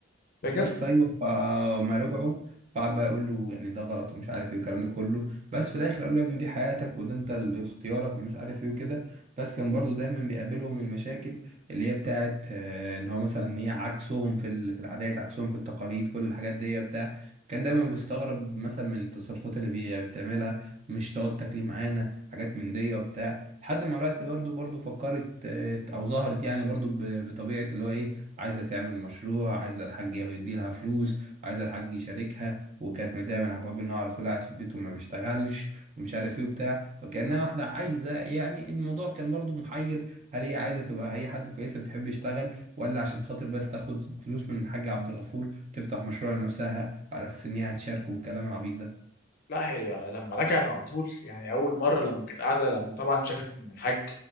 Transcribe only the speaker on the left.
فاكر
لا هي لما رجعت على طول يعني اول مره لما كانت قاعده لما طبعا شافت ان الحاج